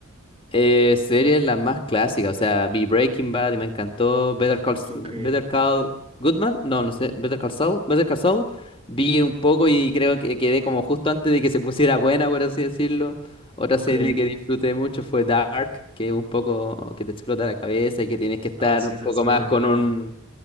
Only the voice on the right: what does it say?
Ok,
ok.
Ah, sí,
esa
es muy
buena.